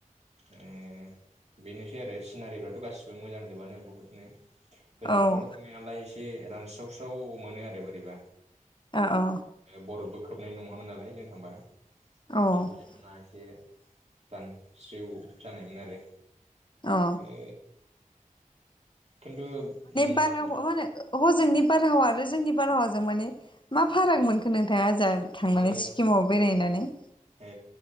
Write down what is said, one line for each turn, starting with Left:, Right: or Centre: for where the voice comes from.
Right: ओ बेनोसै आरो सिनारिफ्राथ' गासिबो मोजांजोबानो बुहुतनो। गोजां
Left: औ
Right: बोथोराव थांनायनालाय से रानस्रावस्राव मोनो आरो बोरैबा।
Left: औ
Right: बरफबो खोबनाय नङामोन नालाय जों थांबा।
Left: औ
Right: बिफां लाइफाङा एसे दान स्रिव जानायमोन आरो।
Left: अ।
Right: ओ खिन्थु उम
Left: बारहावा मा होनो हजोंनि बारहावा आरो जोंनि बारहावाजों मानि मा फाराग मोनखो नोंथाङा ओ जों थांनानै
Right: आङो
Left: सिक्किमाव बेरायनानै? <inaudible>
Right: ओ